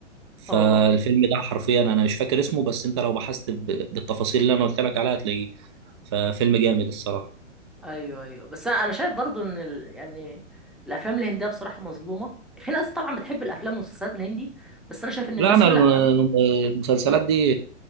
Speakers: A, on the right; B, in the centre.
A: فالفيلم
B: اه
A: ده حرفيا انا مش فاكر اسمه بس انت لو بحثت ب... بالتفاصيل اللي انا قلت لك عليها هتلاقيه ففيلم جامد الصراحه
B: ايوه ايوه بس انا أنا شايف برضو ان ال... يعني الافلام الهنديه بصراحه مظلومه في ناس طبعا بتحب الافلام والمسلسلات الهندي بس انا شايف ان
A: لا
B: الناس
A: انا
B: يقول
A: الم-
B: لك
A: المسلسلات دي